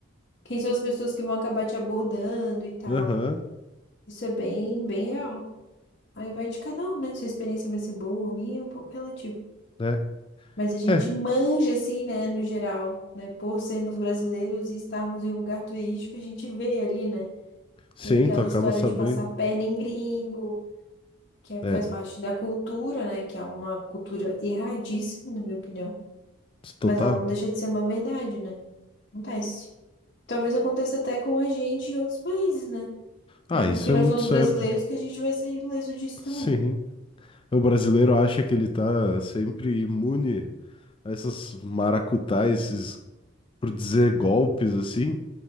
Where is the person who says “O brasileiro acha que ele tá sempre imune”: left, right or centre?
Left